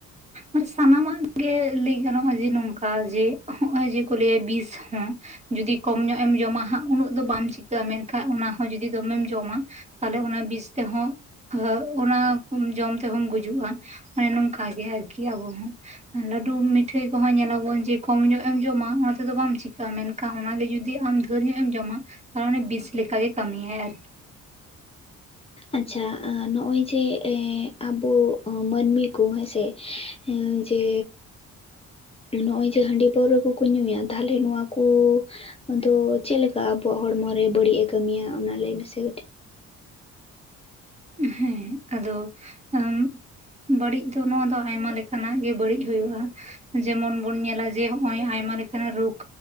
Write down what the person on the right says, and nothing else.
ᱟᱨ ᱥᱟᱱᱟᱢᱟᱜ ᱜᱮ ᱞᱟᱹᱭ ᱜᱟᱱᱚᱜᱼᱟ ᱡᱮ ᱱᱚᱝᱠᱟ ᱡᱮ ᱦᱚᱜ ᱚᱭ ᱡᱮ ᱠᱚ ᱞᱟᱹᱭᱟ ᱵᱤᱥ ᱦᱚᱸ ᱡᱩᱫᱤ ᱠᱚᱢ ᱧᱚᱜ ᱮᱢ ᱡᱚᱢᱟ ᱦᱟᱸᱜ ᱩᱱᱟᱹᱜ ᱫᱚ ᱵᱟᱢ ᱪᱤᱠᱟᱹᱜᱼᱟ ᱢᱮᱱᱠᱷᱟᱱ ᱚᱱᱟ ᱦᱚᱸ ᱡᱩᱚᱫᱤ ᱫᱚᱢᱮᱢ ᱡᱚᱢᱟ ᱛᱟᱦᱞᱮ ᱚᱱᱟ ᱵᱤᱥ ᱛᱮᱦᱚᱸ ᱚᱱᱟ ᱡᱚᱢ ᱛᱮᱦᱚᱢ ᱜᱩᱡᱩᱜᱼᱟ ᱾ ᱚᱱᱮ ᱱᱚᱝᱠᱟ ᱜᱮ ᱟᱨᱠᱤ ᱟᱵᱚ ᱦᱚᱸ ᱞᱟᱹᱰᱩ ᱢᱤᱴᱷᱟᱹᱭ ᱠᱚᱦᱚᱸ ᱧᱮᱞᱟᱵᱚᱱ ᱡᱮ ᱠᱚᱢ ᱧᱚᱜ ᱮᱢ ᱡᱚᱢᱟ ᱚᱱᱟ ᱛᱮᱫᱚ ᱵᱟᱢ ᱪᱤᱠᱟᱹᱜᱼᱟ ᱢᱮᱱᱠᱷᱟᱱ ᱠᱟᱱ ᱚᱱᱟᱜᱮ ᱡᱩᱫᱤ ᱟᱢ ᱰᱷᱮᱨ ᱧᱚᱜ ᱮᱢ ᱡᱚᱢᱟ ᱛᱟᱦᱟᱞᱮ ᱵᱤᱥ ᱞᱮᱠ ᱜᱮᱭ ᱠᱟᱹᱢᱤᱭᱟ ᱟᱨᱠᱤ <inaudible>
<inaudible>
ᱦᱮᱸ ᱟᱫᱚ ᱟᱢ ᱵᱟᱹᱲᱤᱡ ᱫᱚ ᱱᱚᱣᱟ ᱫᱚ ᱟᱭᱢᱟ ᱞᱮᱠᱟᱱᱟᱜ ᱜᱮ ᱵᱟᱹᱲᱤᱡ ᱦᱳᱭᱳᱜᱼᱟ ᱾ ᱡᱮᱢᱚᱱ ᱵᱚᱱ ᱧᱮᱞᱟ ᱡᱮ ᱱᱚᱜ-ᱚᱭ ᱟᱭᱢᱟ ᱞᱮᱠᱟᱱᱟᱜ ᱨᱳᱠ